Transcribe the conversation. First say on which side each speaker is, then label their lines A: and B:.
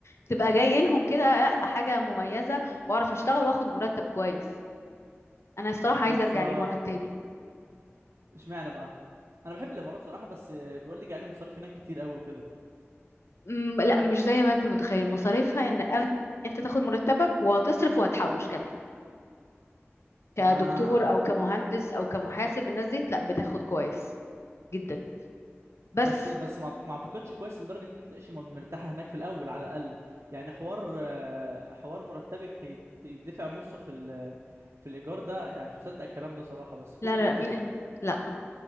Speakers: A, on the left; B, on the right.
A: تبقى جاي لهم كده لا حاجة مميزة واعرف اشتغل واخد مرتب كويس انا الصراحة
B: بالظبط
A: عايزة ارجع الامارات تاني
B: اشمعنى بقى انا بحب الامارات صراحة بس بيقول لك يعني المصاريف هناك كتير قوي وكده
A: أمم، لا مش زي ما انت متخيل مصاريفها ان أن- انت تاخد مرتبك وتصرف وهتحوش كمان كدكتور
B: اه
A: او كمهندس او كمحاسب الناس دي لا بتاخد كويس جدا بس
B: بس بس ما ما اعتقدش كويس لدرجه ان انت تعيش م- مرتاحه هناك في الاول على الاقل يعني حوار آه، حوار مرتبك يت- يدفع نصه في ال- في الايجار ده يعني مش مصدق الكلام ده صراحه بس كله
A: لا
B: بيقول
A: لا
B: كده
A: لا مين لا